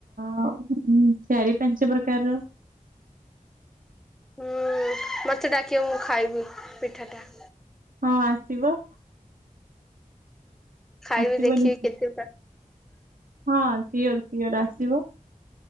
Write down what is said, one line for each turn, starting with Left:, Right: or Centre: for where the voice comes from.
Right: ହଁ ଚାରି ପାଞ୍ଚ ପ୍ରକାରର
Centre: ହୁଁ ମତେ ଡାକିବ, ମୁଁ ଖାଇବି ପିଠାଟା।
Right: ହଁ ଆସିବ।
Centre: ଖାଇବି,
Right: ଆସିବନି
Centre: ଦେଖିବି କେତେଟା?
Right: ହଁ ସିଓର ସିଓର ଆସିବ।